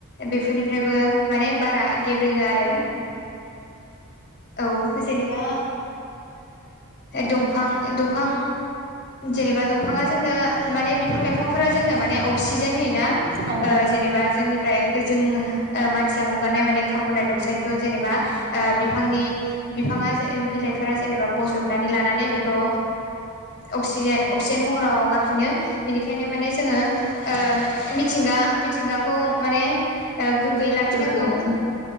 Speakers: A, on the left; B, on the right.
A: बेफोरनिफ्रायबो माने बारा गेब्रोङो आरो औ जेनेबा दंफां दंफां जेनेबा दफां बिफाङा जोंनो माने बिफां लाइफांफोरा जोंनो माने अक्सिजेन होयोना
B: औ
A: जेनेबा जोंनिफ्राय जोंङो मानसिया हगारनाय माने कार्बन डाइ अक्साइद खौ जेनेबा बिफांनि बिफाङा ज बिलाइफोरा जेनेबा बजबनानै लानानै बेखौ अक्सिजेन अकिजेन महराव हगारफिनो बेनिखायनो माने जोङो ओ मिथिंगा मिथिंगाखौ माने ओ गो गैय लाखिनांगौ
B: गोग्गो लाखिनो